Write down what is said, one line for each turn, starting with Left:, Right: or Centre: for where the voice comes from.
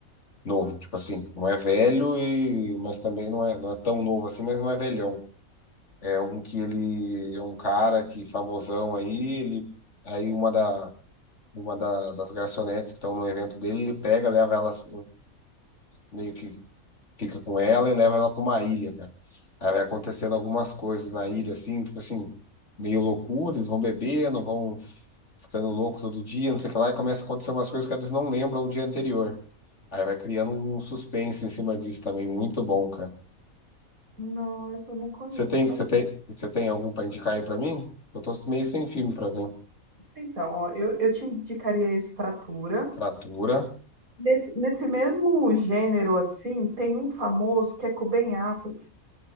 Left: Novo, tipo assim. Não é velho, e, mas também não é, não é tão novo assim, mas não é velhão. É um que ele. É um cara que famosão aí, ele. Aí uma da. Uma da- das garçonetes que estão no evento dele, ele pega, leva elas meio que fica com ela e leva ela pra uma ilha, cara. Aí vai acontecendo algumas coisas na ilha, assim, tipo assim, meio loucura, eles vão bebendo, vão ficando louco todo dia, não sei o que lá, e começa a acontecer umas coisas que eles não lembram do dia anterior. Aí vai criando um suspense em cima disso também, muito bom, cara.
Right: Não, esse eu não conheço
Left: Você tem,
Right: também.
Left: você tem, você tem algum pra indicar aí pra mim? Eu tô meio sem filme pra ver.
Right: Então, ó, eu, eu te indicaria esse Fratura.
Left: Fratura,
Right: Nesse, nesse mesmo gênero, assim, tem um famoso que é com o Ben Affleck.